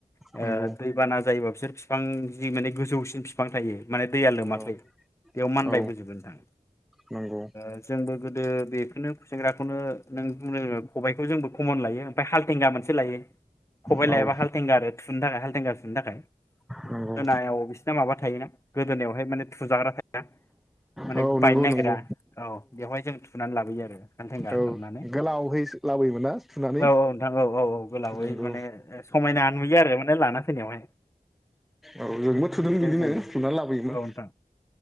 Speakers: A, on the left (about 20°); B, in the centre.
A: ओ
B: नंगौ
A: दैबाना जायोबा। बिसोर बिफां जि माने गोजौसिन बिफां थायो। माने दैया लोमाखै
B: नंगौ
A: बेयाव मानबायबोजगोन
B: औ
A: नोंथां
B: नंगौ
A: ओ जोंबो गोदो बेखौनो। खुसेंग्राखौनो नों खबाइखौ जोंबो कमन लायो ओमफ्राय हालथेंगा मोनसे लायो। खबाइ
B: औ
A: लायोबा हालथेंगा आरो थुनो थाखाय हालदेंगा थुनो थाखाय। गोदोनायाव
B: नंगौ
A: बिसिना माबा थायोना गोदोनायावहाय माने थुजाग्रा थायोना। माने
B: औ
A: बायनो
B: नंगौ
A: नागिरा
B: नंगौ
A: औ बेवहाय जों थुनानै लाबोयो आरो हालथेंगा
B: औ
A: खालामनानै
B: गोलावहै लाबोयोमोन ना थुनानै
A: औ औ नोंथां औ औ औ गोलावै
B: नंगौ
A: माने समायना नुयो आरो माने लाना फैनायावहाय <unintelligible>
B: औ जोंबो थुदों
A: बेखौ
B: बिदिनो
A: जों
B: थुनानै लाबोयोमोन
A: औ नोंथां